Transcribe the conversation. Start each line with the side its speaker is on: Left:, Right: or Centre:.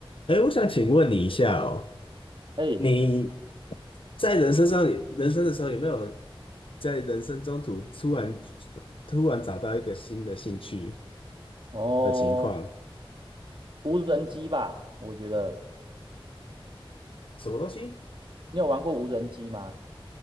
Left: 哎，我想请问你一下哦，
Right: 嘿，
Left: 你在人生上，人生的时候有没有在人生中途突然突然找到一个新的兴趣
Right: 哦，
Left: 的情况？
Right: 无人机吧，我觉得
Left: 什么东西？
Right: 你有玩过无人机吗？